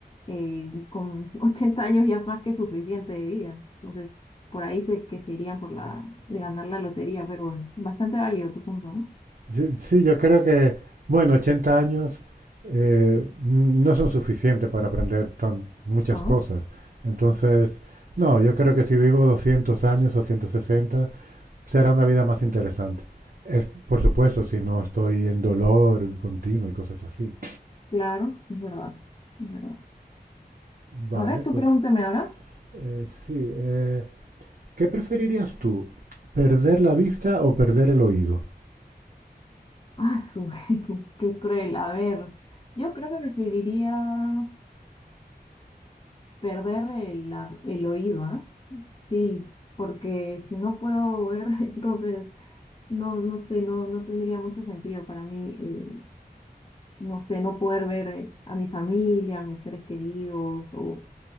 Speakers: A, on the left (about 30°); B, on the right (about 55°).
A: eh, con <laughs> 80 años ya es más que suficiente de vida. Entonces, por ahí sé que se irían por la de ganar la lotería, pero bastante válido tu punto, ¿no?
B: Sí, sí, yo creo que, bueno, 80 años eh, no son suficientes para aprender tan, muchas
A: Bueno,
B: cosas. Entonces, no, yo creo que si vivo 200 años o 160 será una vida más interesante. Es, por supuesto, si no estoy en dolor continuo y cosas así.
A: claro, es verdad, es verdad.
B: Vale,
A: A ver, tú
B: pues
A: pregúntame ahora.
B: eh, sí. eh, ¿qué preferirías tú? ¿Perder la vista o perder el oído?
A: Ah, su, <laughs> qué, qué cruel. A ver, yo creo que preferiría. perder el, la- el oído, ¿ah? Sí, porque si no puedo ver, <laughs> entonces no, no sé, no, no tendría mucho sentido para mí, eh, no sé, no poder ver eh, a mi familia, a mis seres queridos, o,